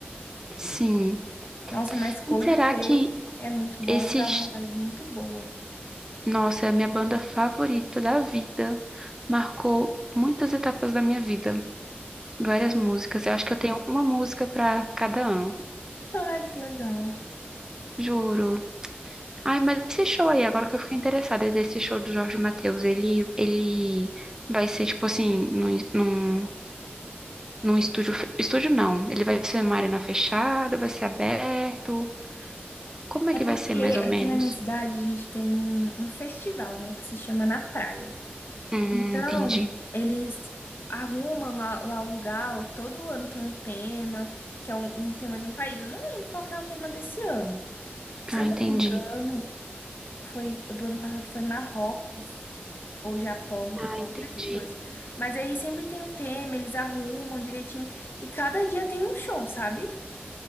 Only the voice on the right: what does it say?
Sim.
E será que
esses
Nossa, é a minha banda favorita da vida. Marcou muitas etapas da minha vida, várias músicas. Eu acho que eu tenho uma música pra cada ano,
juro. Ai, mas esse show aí, agora que eu fiquei interessada, esse show do Jorge Mateus, ele, ele vai ser tipo assim, num, num, num estúdio, fe- estúdio não, ele vai ser numa arena fechada, vai ser aberto. Como
é que
vai ser mais ou
menos?
Hum,
entendi.
Ah,
entendi.
Ah,
entendi.